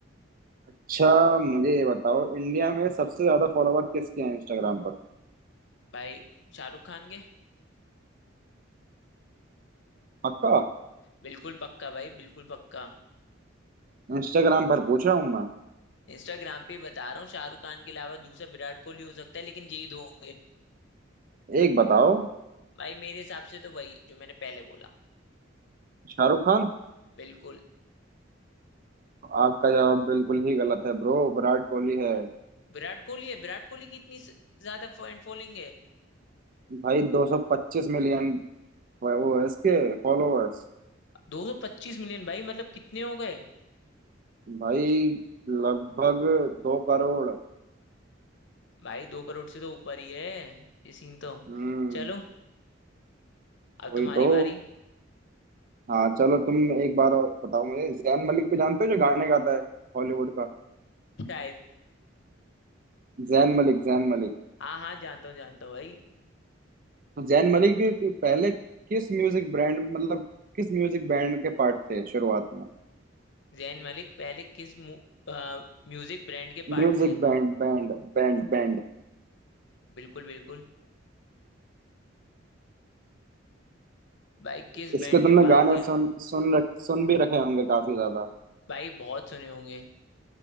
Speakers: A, on the right; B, on the left.
A: अच्छा मुझे ये बताओ इंडिया में सबसे ज्यादा फॉलोवर किसके हैं इंस्टाग्राम पर
B: भाई शाहरुख खान के
A: पक्का
B: बिल्कुल पक्का भाई बिल्कुल पक्का
A: इंस्टाग्राम पर पूछ रहा हूँ मैं
B: इंस्टाग्राम पे ही बता रहा हूँ शाहरुख खान के अलावा दूसरा विराट कोहली हो सकता है लेकिन यही दो होंगे
A: एक बताओ
B: भाई मेरे हिसाब से तो वही जो मैंने पहले बोला
A: शाहरुख खान
B: बिल्कुल
A: आपका जवाब बिल्कुल ही गलत है ब्रो विराट कोहली है
B: विराट कोहली है विराट कोहली की इतनी स- ज्यादा फैन फॉलोइंग है
A: भाई 225 मिलियन वो है इसके फॉलोअर्स
B: 225 मिलियन भाई मतलब कितने हो गए
A: भाई लगभग दो करोड़
B: भाई दो करोड़ से तो ऊपर ही है ये सीन तो
A: हम्म
B: चलो अब
A: वही
B: तुम्हारी
A: तो
B: बारी
A: हाँ चलो तुम एक बार और बताओ मुझे जैन मलिक को जानते हो जो गाने गाता है हॉलीवुड का
B: शायद
A: जैन मलिक जैन मलिक
B: हाँ हाँ जानता हूँ जानता हूँ भाई
A: तो जैन मलिक के पहले किस म्यूजिक ब्रांड मतलब किस म्यूजिक बैंड के पार्ट थे शुरुआत में
B: जैन मलिक पहले किस मु, अ, म्यूजिक ब्रांड के पार्ट
A: Music
B: थे
A: band band band band
B: बिल्कुल बिल्कुल भाई किस
A: इसके
B: बैंड
A: तुमने
B: के पार्ट
A: गाने
B: थे
A: सुन सुन रख सुन भी रखे होंगे काफी ज्यादा
B: भाई बहुत सुने होंगे